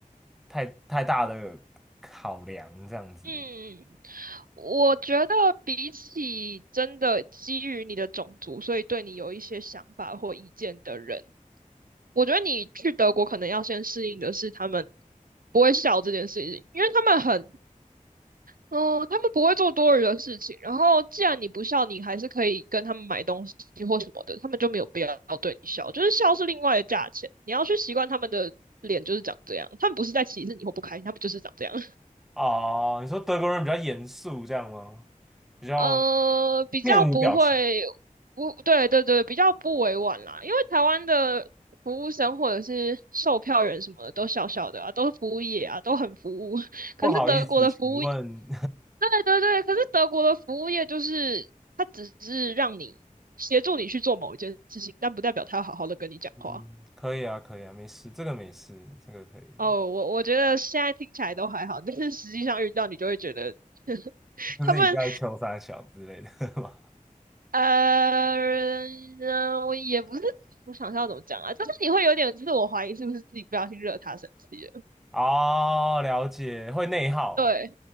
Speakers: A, in the centre; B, on the right (about 80°).
A: 太太大的考量这样子。
B: 嗯，我觉得比起真的基于你的种族，所以对你有一些想法或意见的人，我觉得你去德国可能要先适应的是他们不会笑这件事情，因为他们很哦，他们不会做多余的事情。然后，既然你不笑，你还是可以跟他们买东西或什么的，他们就没有必要对你笑。就是笑是另外的价钱，你要去习惯他们的脸就是长这样。他们不是在歧视你或不开心，他们就是长这样。<laughs>
A: 哦，你说德国人比较严肃这样吗？比较
B: 呃，比较不会，
A: 面无表情。
B: 不，对对对，比较不委婉啦。因为台湾的服务生或者是售票员什么的都笑笑的啊，都是服务业啊，都很服务。<laughs> 可是德国的服务
A: 不好意思，请问，
B: 对对对，可是德国的服务业就是它只是让你协助你去做某一件事情，但不代表他要好好的跟你讲话。
A: <laughs> 嗯，可以啊，可以啊，没事，这个没事，这个可以，
B: 哦，我我觉得现在听起来都还好，但是实际上遇到你就会觉得 <laughs>
A: 就是你在求三小之类的
B: 他们
A: <laughs>。
B: 呃，嗯我也不是，我想一下要怎么讲啊，就是你会有点自我怀疑，是不是自己不小心惹他生气了？
A: 哦，了解，会内耗，
B: 对。